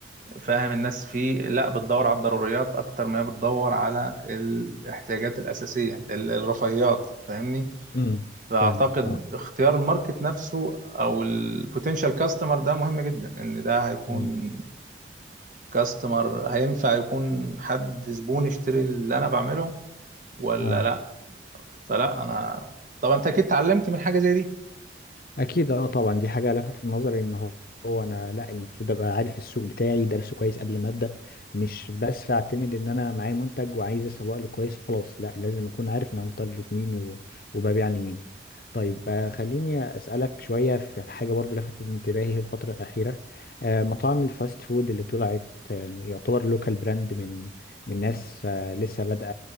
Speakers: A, on the right; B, on the left.
A: فاهم الناس فيه لا بتدور على الضروريات اكتر ما هي بتدور على الاحتياجات الاساسية ال- الرفاهيات فاهمني
B: امم
A: فاعتقد
B: فاهمك اه
A: اختيار الماركت نفسه او البوتنشال كاستمر ده مهم جدا ان ده هيكون
B: امم
A: كاستمر هينفع يكون حد زبون يشتري اللي انا بعمله ولا
B: اه
A: لا فلا انا طبعا انت اكيد اتعلمت من حاجه زي دي
B: اكيد اه طبعا دي حاجه لفتت نظري ان هو هو انا لا المفروض ابقى عارف السوق بتاعي دارسه كويس قبل ما ابدا مش بس اعتمد ان انا معايا منتج وعايز اسوق له كويس وخلاص لا لازم اكون عارف انا متارجت مين و- وببيع لمين طيب آه، خليني اسالك شويه في حاجه برضو لفتت انتباهي الفتره الاخيره آه، مطاعم الفاست فود اللي طلعت آه، يعتبر لوكال براند من من ناس آه، لسه بادئه